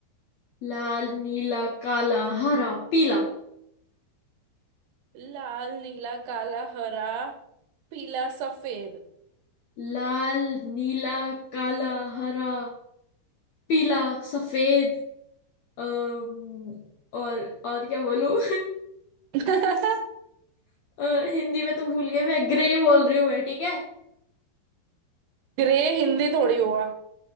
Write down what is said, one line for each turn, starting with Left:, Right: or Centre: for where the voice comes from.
Left: लाल नीला काला हरा पीला
Right: लाल नीला काला हरा पीला सफेद
Left: लाल नीला काला हरा पीला सफेद अम्म, और और क्या बोलूं
Right: <laughs>
Left: <laughs> अ, हिंदी में तो भूल गई मैं ग्रे बोल रही हूँ मैं ठीक है
Right: ग्रे हिंदी थोड़ी हुआ